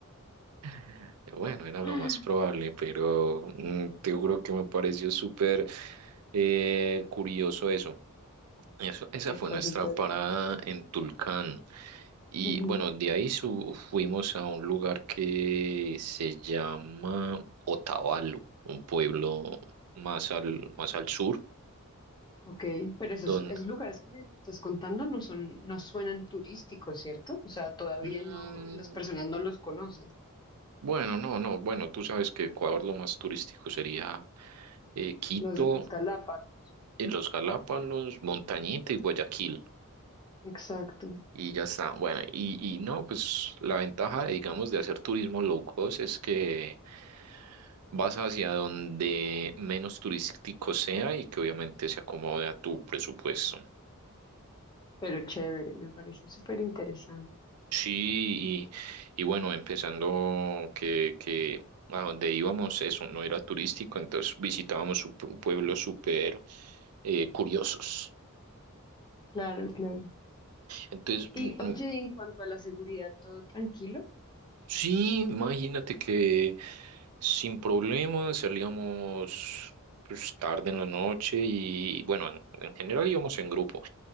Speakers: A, on the right (about 85°); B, on the left (about 20°).
A: <laughs> Bueno, era
B: <laughs>
A: lo más probable, pero mm, te juro que me pareció súper eh, curioso eso. Eso, esa
B: Está
A: fue nuestra
B: súper.
A: parada en Tulcán. Y
B: Ujú.
A: bueno, de ahí su- fuimos a un lugar que se llama Otavalo, un pueblo más al, más al sur,
B: Ok, pero esos,
A: donde...
B: esos lugares que me estás contando no son, no suenan turísticos, ¿cierto? O sea, todavía
A: Mm,
B: no, las personas no los conocen,
A: bueno, no, no, bueno, tú sabes que Ecuador lo más turístico sería eh, Quito,
B: los, los Galápagos.
A: eh, los Galápagos, Montañita y Guayaquil.
B: Exacto,
A: Y ya está. Bueno, y, y no, pues la ventaja, digamos, de hacer turismo low cost es que Vas hacia donde menos turístico sea y que obviamente se acomode a tu presupuesto.
B: pero chévere, me parece súper interesante.
A: Sí, y, y bueno, empezando que, que a donde íbamos, eso no era turístico, entonces visitábamos sup- pueblos súper eh, curiosos.
B: Claro, claro.
A: Entonces, mm,
B: Y oye, y en cuanto a la seguridad, ¿todo tranquilo?
A: Sí, imagínate que sin problemas salíamos pues, tarde en la noche y bueno, en, en general íbamos en grupo